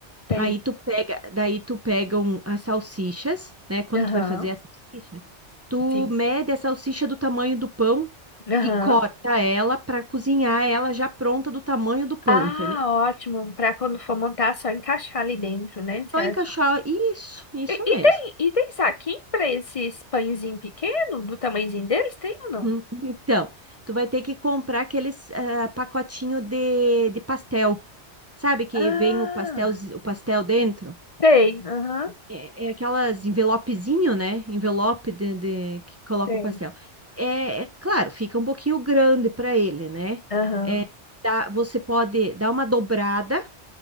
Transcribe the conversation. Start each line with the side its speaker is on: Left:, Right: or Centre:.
Left: tem.
Right: Aí tu pega, daí tu pega um- as salsichas, né? Quando
Left: Aham,
Right: tu vai fazer a salsicha, tu
Left: sim.
Right: mede a salsicha do tamanho do pão
Left: Aham.
Right: e corta ela para cozinhar ela já pronta do tamanho do pão,
Left: Ah,
Right: entendeu?
Left: ótimo. Pra quando for montar, só encaixar ali dentro, né? Certo.
Right: Só encaixar. Isso, isso
Left: E, e
Right: mesmo.
Left: tem, e tem saquinho pra esses pãezinhos pequenos, do tamanhozinho deles? Tem ou não?
Right: Hum, Então, tu vai ter que comprar aqueles ah, pacotinho de, de pastel. Sabe que
Left: Ah,
Right: vem o pastel, o pastel dentro?
Left: tem. Aham,
Right: É, é aquelas envelopezinho, né? Envelope de, de- que coloca
Left: tem.
Right: o pastel. É, é claro, fica um pouquinho grande para ele, né?
Left: Aham,
Right: É, dá- você pode dar uma dobrada